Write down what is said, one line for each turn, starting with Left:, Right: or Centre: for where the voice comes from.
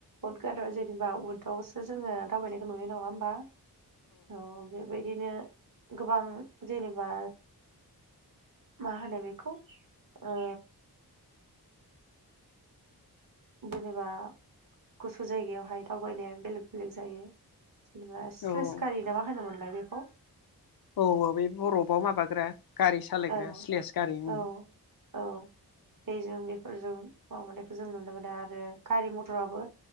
Right: उद गाद' जेनेबा उदावसो जोङो दावबायनायखौ नुयो नङा होमबा? औ बेबायदिनो गोबां जेनेबा मा होनो बेखौ ओ जेनेबा गुसु जायगायावहाय दावबायनाया बेलेग बेलेग जायो। जेनेबा स्लेस
Left: औ
Right: गारि नामा होनोमोनलाय बेखौ।
Left: औ औ बे बरफआव माबाग्रा गारि सालायग्रा
Right: औ
Left: स्लेस गारिमोन।
Right: औ औ बेजों बेफोरजों माबानायखौ जों नुनो मोनो आरो गारि मथराबो